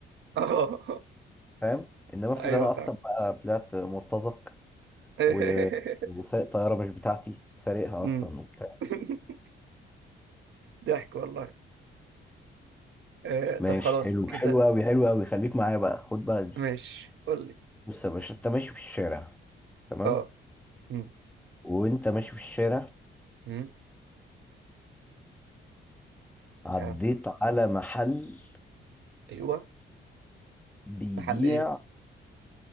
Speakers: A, on the right; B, in the centre.
A: اه
B: فاهم انما افرض
A: ايوه
B: انا
A: فعلا
B: اصلا بقى طلعت مرتزق
A: <laughs>
B: و... وسايق طيارة مش بتاعتي سارقها
A: أمم.
B: اصلا وبتاع
A: <laughs> ضحك والله آه، طب
B: ماشي
A: خلاص
B: حلو
A: كده
B: حلو قوي حلو قوي خليك معايا بقى خد بقى دي
A: ماشي قول لي
B: بص يا باشا انت ماشي في الشارع تمام
A: اه أمم.
B: وانت ماشي في الشارع
A: أمم.
B: عديت
A: آه،
B: على محل
A: ايوه
B: بيبيع
A: محل ايه